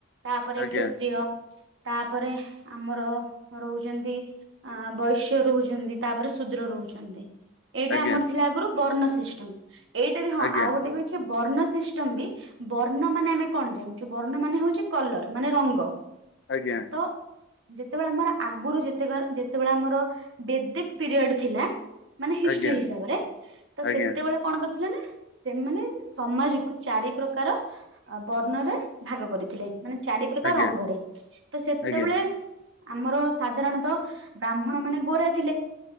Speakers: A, on the right; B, on the left.
A: ତାପରେ
B: ଆଜ୍ଞା
A: କ୍ଷେତ୍ରିୟ ତାପରେ ଆମର ରହୁଚନ୍ତି ଅ ବୈଶ୍ୟ ରହୁଛନ୍ତି ତାପରେ ଶୂଦ୍ର ରହୁଛନ୍ତି। ଏଇଟା
B: ଆଜ୍ଞା
A: ଆମର ଥିଲା ଆଗରୁ ବର୍ଣ୍ଣ ସିଷ୍ଟମ। ଏଇଟା ବି ହଁ
B: ଆଜ୍ଞା
A: ଆଉ ଗୋଟେ ବି ଅଛି ବର୍ଣ୍ଣ ସିଷ୍ଟମ ବି ବର୍ଣ୍ଣ ମାନେ ଆମେ କଣ ଜାଣିଚୁ ବର୍ଣ୍ଣ ମାନେ ହେଉଚି କଲର ମାନେ ରଙ୍ଗ।
B: ଆଜ୍ଞା
A: ତ ଯେତେବେଳେ ଆମର ଆଗୁରୁ ଯେତେକାର ଯେତେବେଳେ ଆମର ବେଦିକ ପିରିୟଡ ଥିଲା ମାନେ ହିଷ୍ଟ୍ରି
B: ଆଜ୍ଞା
A: ହିସାବରେ ତ
B: ଆଜ୍ଞା
A: ସେତେବେଳେ କଣ କର ଥିଲେ ନା ସେମାନେ ସମାଜ କୁ ଚାରି ପ୍ରକାର ଅ ବର୍ଣ୍ଣରେ ଭାଗ କରିଥିଲେ। ମାନେ ଚାରି ପ୍ରକାର
B: ଆଜ୍ଞା
A: ରଙ୍ଗରେ ତ ସେତେବେଳେ
B: ଆଜ୍ଞା
A: ଆମର ସାଧାରଣତଃ ବ୍ରାହ୍ମଣ ମାନେ ଗୋରା ଥିଲେ।